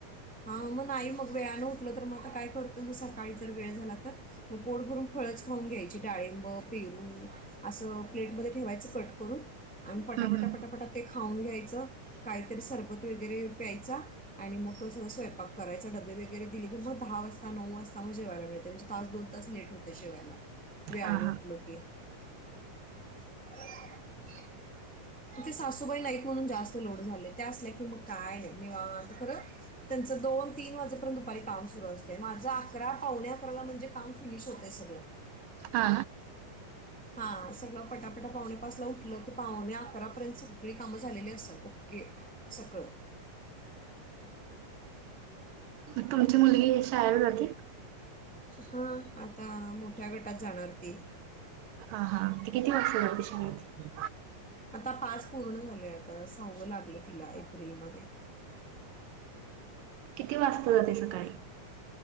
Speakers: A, in the centre; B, on the right.
A: हा मग नाही मग वेळाानं उतलं तर मग आता काय करतो ना सकाळी जर वेळ झाला तर मग पोट भरून फळच खाऊन घ्यायची डाळिंब पेरू असं प्लेटमध्येध्ये ठेवायचं कट करून. आणि पटाफटा
B: हम्म हम्म
A: पटाफटा ते. खाऊन घ्यायचं. काहीतरी सरबत वगैरे प्यायचा आणि मग सगळं स्वयंपाक करायचा डबे वगैरे दिले की मग दहा वाजता नऊ वाजता मग जेवायला मिळते म्हणजे तास दोन तास लेट होते जेवायला. वेळाने
B: हा
A: उठलो
B: हा
A: की <inaudible> ते सासूबाई नाईक म्हणून जास्त लोड झाले ते असल्या की मग काय नाही निवांत खरं त्यांचं दोन तीन वाजेपर्यंत दुपारी काम सुरू असतय माझं अकरा पावणे अकराला म्हणजे काम फिनिश होतय सगळ.
B: हा.
A: हा सगळं पटापटा पावणे पाचे ला उठलं की पावणे अकरापर्यंत सगळी कामं झालेली असतात ओके सगळं.
B: ग तुमची मुलगी शाळेला जाती.
A: हा आता मोठ्या गटात जाणार ती
B: हा हा ते किती वाजता जाती शाळेत.
A: आता पाच पूर्ण झाले आता सहावं लागलं तिला एप्रिलमध्ये
B: किती वाजता जाते सकाळी.